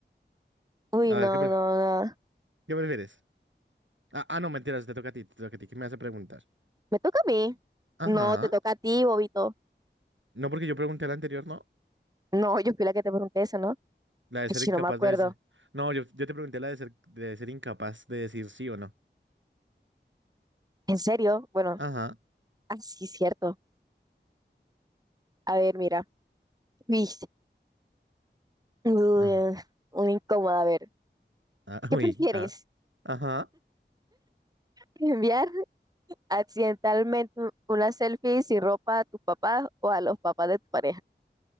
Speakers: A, on the right; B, on the right.
A: Uy,
B: A
A: no,
B: ver, ¿qué, pref-
A: no, no.
B: qué prefieres? Ah, ah, no, mentiras, te toca a ti, te toca a ti. ¿Qué me vas a preguntar?
A: Me toca a mí.
B: Ajá.
A: No, te toca a ti, bobito.
B: No, porque yo pregunté la anterior, ¿no?
A: No, yo fui la que te pregunté eso, ¿no?
B: La de
A: Ay,
B: ser
A: sí,
B: incapaz
A: no me acuerdo.
B: de decir... No, yo, yo te pregunté la de ser, de ser incapaz de decir sí o no.
A: ¿En serio? Bueno,
B: Ajá.
A: así es cierto. A ver, mira. Uy, uy,
B: Ah,
A: eh, una incómoda. A ver,
B: <laughs> ah,
A: ¿qué
B: uy,
A: prefieres?
B: ah, ajá.
A: <laughs> ¿Enviar accidentalmente una selfie sin ropa a tus papás o a los papás de tu pareja?